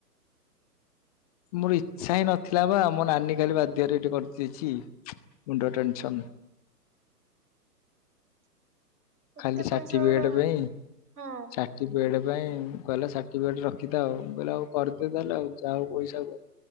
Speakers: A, on the right; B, on the left.
A: <inaudible>
B: ମୋର ଇଚ୍ଛା ହିଁ ନଥିଲା ବା ମୋ ନାନୀ କାଲି ବାଧ୍ୟରେ ଏଇଠି କରିଦେଇଛି ମୁଣ୍ଡ ଟେନସନ୍
A: <inaudible> ଏତେ
B: ଖାଲି ଷାଠି
A: ପଇସା
B: ପିକେଟେ
A: ଗୁଡା
B: ପାଇଁ
A: ହଁ
B: ଷାଠି ପିଟେ ସେଥିପାଇ କହିଲା ସାର୍ଟିଫିକେଟ ରଖିଥା ଆଉଁ କହିଲେ ଆଉ କରିଦେ ତାହଲେ ଆ ଯହାଉ ପଇସା କ